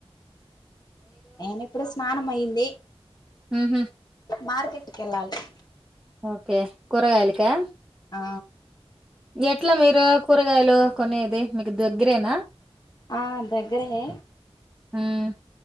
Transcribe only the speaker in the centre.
హహ
ఓకే కూరగాయాల్ కా.
ఎట్లా మీరు కూరగాయలు కొనేది, మీకు దగ్గరేనా.
హుమ్మ్.